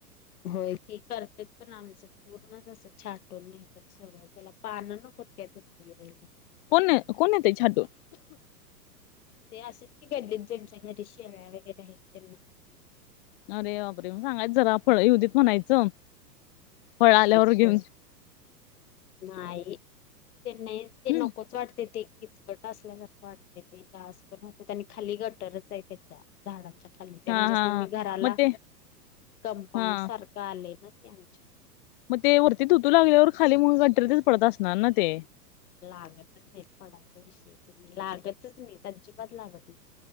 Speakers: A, on the left; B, on the left.
A: होय की करते पण आमचं पूर्ण अस छाट कोण नेत्यात त्त्याला पानं नकोत काय ततुतू
B: कन कोण नेतय छाटून?
A: ते असेच <unintelligible> जयांच्या घरी शेळ्या वगैरे आहेत त्यांना.
B: अरे बापरे! म सांगायच जरा, फळ युदीत म्हणायचं. फळ आल्यावर
A: एकतर
B: घेऊन
A: नाही येत त्यांन ते नकोच
B: हम्म
A: वाटते तेकीच कट असल्या कत वाढते ते, स पण वात आणि खाली गटरच आहे त्याच्या झाडाच्या खाली त्या
B: हा
A: म्हणजेच,
B: हा
A: असं
B: हा
A: मी घराला
B: मग ते
A: कंपाऊंड
B: हा
A: सार काले ना तत्यांचा
B: मग ते वरती तुतू लागल्यावर खाली मग गंटरीतच पडत असणार ना ते.
A: लागतच नाही, पणाचा विषयच नाही, लागतच नाही, त्यांजिबात लागत नाही.